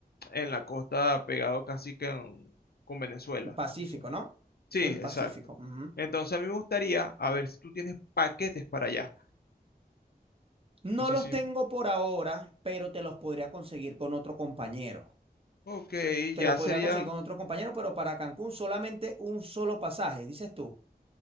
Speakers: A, on the left; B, on the right.
A: en la costa, pegado casi que en- con Venezuela.
B: El Pacífico,
A: eso.
B: ¿no?
A: Sí,
B: Soy el
A: exacto.
B: Pacífico. ujú.
A: Entonces, a mí me gustaría, a ver si tú tienes paquetes para allá.
B: No
A: No sé
B: los
A: si...
B: tengo por ahora, pero te los podría conseguir con otro compañero.
A: Ok,
B: Te
A: ya
B: lo podría
A: sería...
B: conseguir con otro compañero, pero para Cancún solamente un solo pasaje, dices tú.